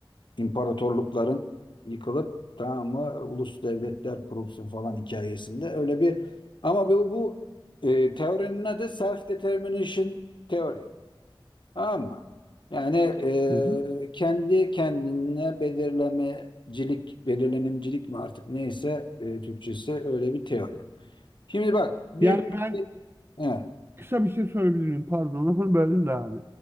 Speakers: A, on the left; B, on the right.
A: imparatorlukların yıkılıp tamam mı ulus devletler kurulsun falan hikayesinde öyle bir ama bu, bu e, teorinin adı self determination teori tamam mı? Yani
B: Hı hı.
A: e, kendi kendine belirlemecilik, belirlenimcilik mi artık neyse e, Türkçesi öyle bir teori. Şimdi bak bir
B: Yani
A: e,
B: ben
A: evet,
B: kısa bir şey sorabilir miyim? Pardon lafını böldüm de abi.